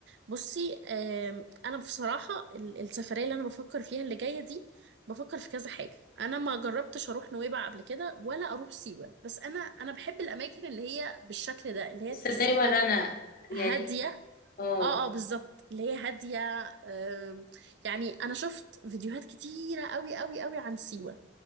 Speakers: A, on the right (about 60°); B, on the left (about 50°).
A: بصي آم، انا بصراحة ال- السفرية اللي انا بفكر فيها اللي جاية دي بفكر في كذا حاجة انا ما جربتش اروح نويبع قبل كده ولا اروح سيوة بس انا انا بحب الاماكن اللي هي بالشكل ده اللي هي
B: تصدقي
A: تحسيها
B: ولا أنا يعني
A: هادية
B: اه
A: اه اه بالظبط اللي هي هادية آم، يعني انا شفت فيديوهات كتيرة قوي قوي قوي عن سيوة